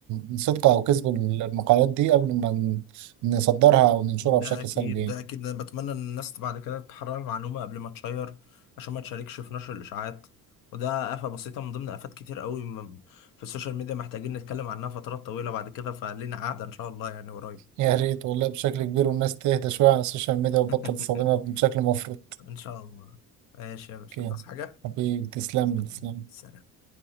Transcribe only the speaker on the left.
ده
اكيد
ده اكيد انا بتمنى ان الناس بعد كده تحرر المعلومه قبل ما تشير عشان ما تشاركش في نشر الاشاعات وده آفة بسيطة من ضمن آفات كتير قوي م- في السوشيال ميديا محتاجين نتكلم عنها فترات طويلة بعد كده فلينا قعدة إن شاء الله يعني قريب
<laughs>
إن شاء الله ماشي يا باشا
تصحى حاجة
سلام
سلام